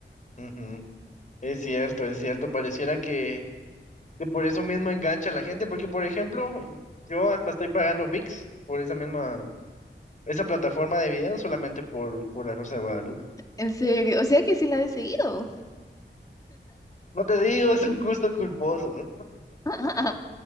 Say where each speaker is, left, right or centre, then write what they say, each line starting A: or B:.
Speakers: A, on the left; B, on the left.
A: Ujú, Es cierto, es cierto. Pareciera que, que por eso mismo engancha a la gente, porque por ejemplo, y- yo hasta estoy pagando ViX por esa misma, esa plataforma de video solamente por, por La Rosa de Guadalupe.
B: En serio, o sea que sí la he seguido.
A: No te digo, <laughs> es un gusto culposo.
B: <laughs>